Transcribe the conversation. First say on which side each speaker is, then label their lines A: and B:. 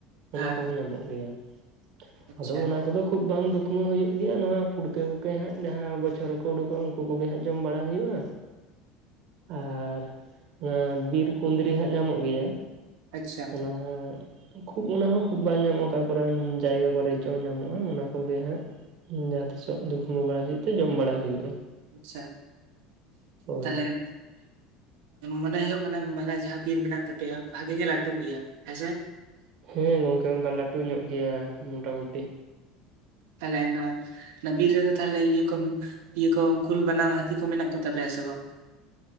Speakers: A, on the right; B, on the right.
A: ᱚᱱᱟ
B: ᱦᱮᱸ
A: ᱠᱚᱸᱦᱚᱸ ᱧᱟᱢᱚᱜ ᱜᱮᱭᱟ᱾
B: ᱟᱪᱪᱷᱟ
A: ᱟᱫᱚ ᱚᱱᱟ ᱠᱚᱫᱚᱠ ᱠᱷᱩᱵᱽ ᱵᱟᱝ ᱫᱩᱠᱷᱢᱟᱹ ᱦᱩᱭᱩᱜ ᱜᱮᱭᱟ᱾ ᱱᱚᱣᱟ ᱯᱩᱴᱠᱟᱹ ᱠᱚᱜᱮ ᱦᱟᱸᱜ ᱡᱟᱦᱟᱸ ᱵᱚᱪᱷᱚᱨ ᱨᱮᱠᱚ ᱩᱰᱩᱠᱚᱜᱼᱟ, ᱩᱱᱠᱩ ᱠᱚᱜᱮ ᱦᱟᱸᱜ ᱡᱚᱢ ᱵᱟᱲᱟ ᱦᱩᱭᱩᱜᱼᱟ᱾ ᱟᱨ ᱚᱱᱟ ᱵᱤᱨ ᱠᱩᱸᱫᱽᱨᱤ ᱦᱟᱸᱜ ᱧᱟᱢᱚᱜ ᱜᱮᱭᱟ᱾
B: ᱟᱪᱪᱷᱟ
A: ᱚᱱᱟ ᱦᱟᱸᱜ, ᱠᱷᱩᱵᱽ ᱚᱱᱟ ᱦᱚᱸ ᱠᱷᱩᱵᱽ ᱵᱟᱝ ᱧᱟᱢᱚᱜᱼᱟ᱾ ᱚᱠᱟ ᱠᱚᱨᱮᱱ ᱡᱟᱭᱜᱟ ᱠᱚᱨᱮ ᱪᱚᱝ ᱧᱟᱢᱚᱜ-ᱟ, ᱚᱱᱟ ᱠᱚᱜᱮ ᱦᱟᱸᱜ᱾ ᱤᱧ ᱡᱟᱦᱟᱸ ᱛᱤᱥ ᱫᱩᱠᱷᱢᱟᱹ ᱵᱟᱲᱟ ᱦᱩᱭᱩᱜ ᱛᱮ ᱡᱚᱢ ᱵᱟᱲᱟ ᱦᱩᱭᱩᱜᱼᱟ,
B: ᱟᱪᱪᱷᱟ
A: ᱦᱳᱭ
B: ᱛᱟᱦᱚᱞᱮ, ᱢᱚᱱᱮ ᱦᱩᱭᱩᱜ ᱠᱟᱱᱟ ᱢᱟᱱᱮ ᱡᱟᱦᱟᱸ ᱵᱤᱨ ᱢᱮᱱᱟᱜ ᱛᱟᱯᱮᱭᱟ ᱵᱷᱟᱜᱮ ᱜᱮ ᱞᱟᱹᱴᱩ ᱜᱮᱭᱟ ᱦᱮᱸᱥᱮ,
A: ᱦᱮᱸ ᱜᱚᱢᱠᱮ ᱚᱱᱠᱟ ᱞᱟᱹᱴᱩ ᱧᱚᱜ ᱜᱮᱭᱟ ᱢᱚᱴᱟ ᱢᱩᱩᱴᱤ,
B: ᱛᱟᱦᱚᱞᱮ ᱚᱱᱟ, ᱚᱱᱟ ᱵᱤᱨ ᱨᱮᱫᱚ ᱛᱟᱦᱞᱮ ᱤᱭᱟᱹ ᱠᱚ ᱤᱭᱟᱹ ᱠᱚ ᱠᱩᱞ ᱵᱟᱱᱟᱢ ᱦᱟᱹᱛᱤ ᱠᱚ ᱢᱮᱱᱟᱜ ᱠᱚ ᱛᱟᱯᱮᱭᱟ ᱥᱮ ᱵᱟᱝ